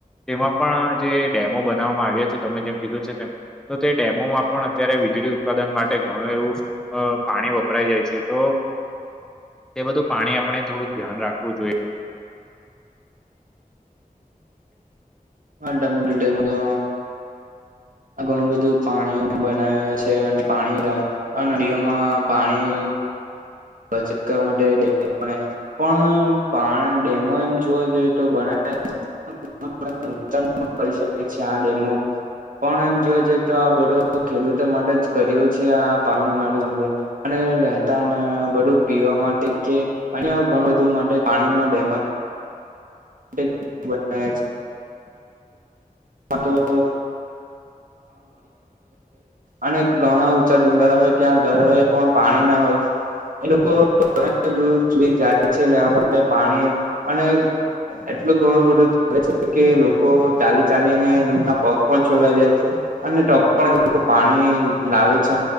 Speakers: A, in the centre; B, on the right.
A: તેમાં પણ જે ડેમો બનાવવામાં આવ્યા છે તમે જેમ કીધું છે તેમ. તો તે ડેમોમાં પણ અત્યારે વીજળી ઉત્પાદન માટે ઘણું એવું અ પાણી વપરાઈ જાય છે તો એ બધું પાણી આપણે થોડું ધ્યાન રાખવું જોઈએ.
B: <unintelligible> ઘણું બધું પાણી બનાવે છે અને પાણી <unintelligible> આ નદીઓમાં પાણી બચત કરવા માટે ડેમ <unintelligible> પણ પાણી ડેમો એમ જોવા જોઈએ તો બનાયા <unintelligible> <unintelligible> કરી શકે છે આ ડેમો પણ એમ જોવા જઈએ તો આ બધો ખેડૂતો માટે જ કર્યો છે આ પાણી માટે સંગ્રહ અને રહેેતાણમાં બધું પીવા માટે કે, અન્ય ઘણું બધું માટે પાણીના ડેમ એટલે જ બનાયા છે <unintelligible> અને ઘણા ઊંચા ડુંગળ હોય ત્યાં ઘર હોય પણ પાણી ના હોય એ લોકો ઘણા દૂર સુધી જાય છે લેવા માટે પાણી અને એટલું ઘણું બધું ચાલે છે કે લોકો ચાલી ચાલીને એમના પગ પણ છોલાઈ જાય છે અને તો પણ એ લોકો પાણી લાવે છે